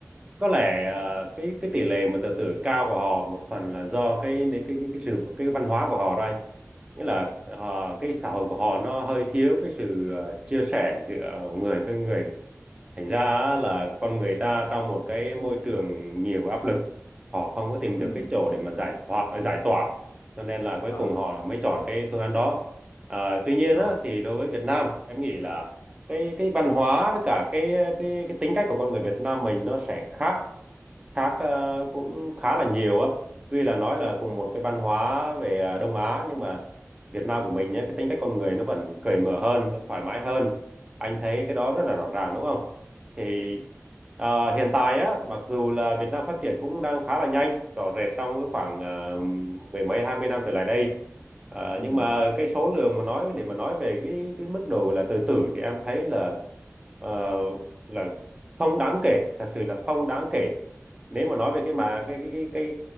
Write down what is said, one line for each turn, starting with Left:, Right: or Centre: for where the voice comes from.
Right: có lẽ ờ, cái cái tỷ lệ mà tự tử cao của họ một phần là do cái cái cái, cái sự cái văn hóa của họ đây nghĩa là họ cái xã hội của họ nó hơi thiếu cái sự ờ, chia sẻ giữa người với người thành ra á, là con người ta trong một cái môi trường nhiều áp lực họ không có tìm
Left: ừ
Right: được cái chỗ để mà giải thoát giải tỏa cho nên là cuối
Left: ừ
Right: cùng họ mới chọn cái phương án đó à, tuy nhiên
Left: rồi
Right: á, thì đối với Việt Nam em nghĩ là cái cái văn hóa với cả cái cái cái tính cách của con người Việt Nam mình nó sẽ khác khác ờ, cũng khá là nhiều á tuy là nói là cùng một cái văn hóa về ờ, Đông Á nhưng mà Việt Nam của mình nhé cái tính cách con người nó vẫn cởi mở hơn vẫn thoải mái hơn anh thấy cái đó rất là rõ ràng đúng không thì ờ, hiện tại á mặc dù là Việt Nam phát triển cũng đang khá là nhanh rõ rệt trong cái khoảng ờ, mười mấy hai mươi năm trở lại đây Ờ,
Left: ừ
Right: nhưng mà cái số lượng mà nói để mà nói về cái cái mức độ là tự tử thì em thấy là ờ, là không đáng kể thật sự là không đáng kể nếu mà nói về cái mà cái cái cái cái